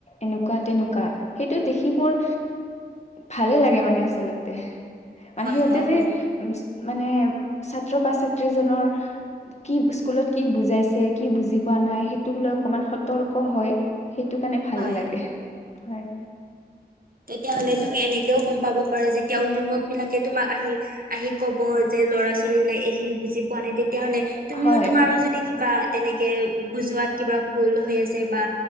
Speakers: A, on the left; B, on the right.
A: এনেকুৱা তেনেকুৱা সেইটো দেখি বোৰ, ভালে লাগে মানে আচলতে মানে
B: হয়
A: সিহঁতে
B: হয়
A: যে উম মানে ছাত্ৰ বা ছাত্ৰীজনৰ, কি স্কুলত কি বুজাইছে কি বুজি পোৱা। নাই সেইটোক লৈ অকণমান সতৰ্ক হয় সেইটো কাৰণে ভাল
B: হয়
A: লাগে হয়।
B: তেতিয়াহলে
A: উম
B: তুমি এনেকেও গম পাব পাৰে যেতিয়া অভিভাৱক বিলাকে তোমাক আহি আহি কব যে ল'ৰা ছোৱালী বিলাক এইখিনি বুজি পোৱা নাই দেই। তেতিয়াহ'লে তুমিও
A: হয়
B: তোমাৰো যদি কিবা তেনেকে বুজোৱাত কিবা ভুল হৈ আছে বা